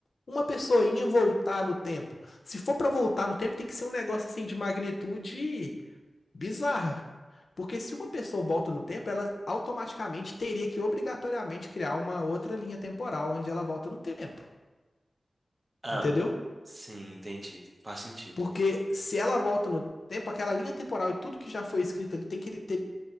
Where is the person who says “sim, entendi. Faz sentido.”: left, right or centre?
Right